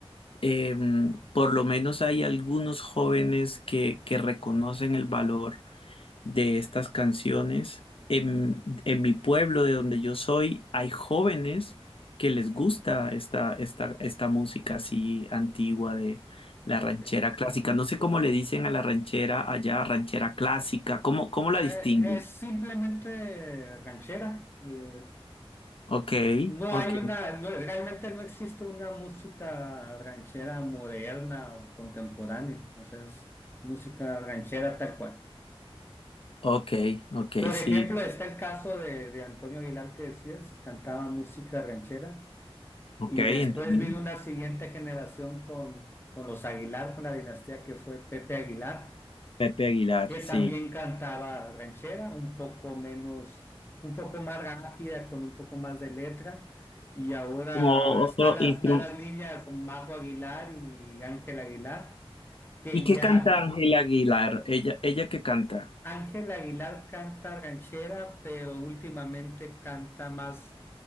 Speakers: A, on the left; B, on the left.
A: em, por lo menos hay algunos jóvenes que, que reconocen el valor de estas canciones. En, en mi pueblo, de donde yo soy, hay jóvenes que les gusta esta, esta, esta música así antigua de la
B: ok.
A: ranchera clásica. No sé cómo le dicen a la ranchera allá, ranchera clásica. ¿Cómo, cómo
B: Eh,
A: la distinguen?
B: es simplemente ranchera. eh,
A: Ok,
B: No
A: ok,
B: hay una, no- realmente no existe una música ranchera moderna o contemporánea, o sea, es música ranchera tal cual.
A: ok, ok,
B: Por
A: sí,
B: ejemplo, está el caso de, de Antonio Aguilar que decías, cantaba música ranchera
A: ok,
B: y después
A: entiendo.
B: vino una siguiente generación con, con los Aguilar, con la dinastía que fue Pepe Aguilar.
A: Pepe Aguilar,
B: que también
A: sí.
B: cantaba ranchera, un poco menos, un poco más rápida, con un poco más de letra. Y ahora
A: Como
B: está
A: otro
B: las,
A: instru-
B: está las niñas Majo Aguilar y Ángel Aguilar, que
A: ¿Y qué
B: ya
A: canta Ángela Aguilar? Ella, ella qué canta.
B: Ángel Aguilar canta ranchera, pero últimamente canta más